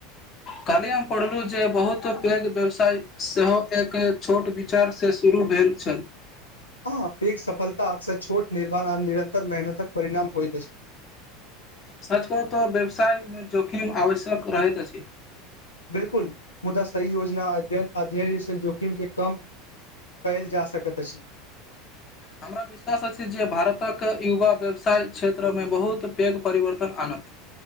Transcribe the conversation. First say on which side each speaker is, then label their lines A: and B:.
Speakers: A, on the left; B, on the left.
A: कल्हि हम पढ़लूं जे बहुत पैघ व्यवसाय सेहो एक छोट पचार से शुरू भेल छल
B: हँ पैघ सफलता अक्सर छोट निर्माण आ निरंतर मेहनतक परिणाम होइत अछि
A: सच करू तऽ व्यवसाय में जोखिम आवश्यक रहैत अछि
B: बिल्कुल मुदा सही योजना अध्ययन आ धैर्य से जोखिम के कम कैल जा सकत छै
A: हमरा विश्वास अछि जे भारतक युवा व्यवसाय क्षेत्रमें बहुत पैघ परिवर्तन आनत